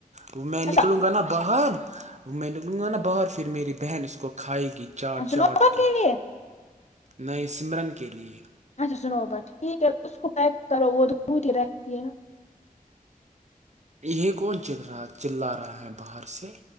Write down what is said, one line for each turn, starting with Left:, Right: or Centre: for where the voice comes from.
Right: وہ میں
Left: اچھا
Right: نکلوں گا نا باہر وہ میں نکلوں گا نا باہر پھر میری بہن اس کو کھائے گی چاٹ
Left: سنوبا
Right: چاٹ کے
Left: لیے
Right: نئے سمرن کے لیے
Left: اچھا سنو با ٹھیک ہے اس کو پیک کرو وہ دتی رہتی ہے نا
Right: یہ کون چل رہا چللا رہا ہے باہر سے